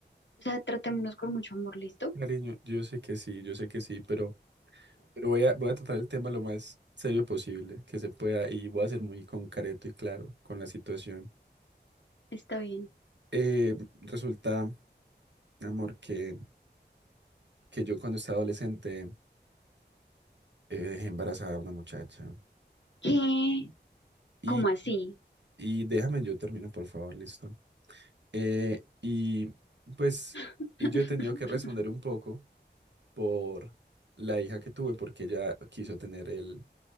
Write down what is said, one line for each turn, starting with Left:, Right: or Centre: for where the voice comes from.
Left: o sea, tratémonos con mucho amor, ¿listo?
Right: cariño, yo sé que sí, yo sé que sí, pero, pero voy a, voy a tratar el tema lo más serio posible que se pueda y voy a ser muy concreto y claro con la situación.
Left: Está bien.
Right: Eh, resulta, amor, que, que yo cuando estaba adolescente eh, dejé embarazada a una muchacha.
Left: ¿Qué?
Right: Y,
Left: ¿Cómo así?
Right: y déjame, yo termino, por favor, listo. Eh, y pues,
Left: <laughs>
Right: y yo he tenido que responder un poco por la hija que tuve, porque ella quiso tener el,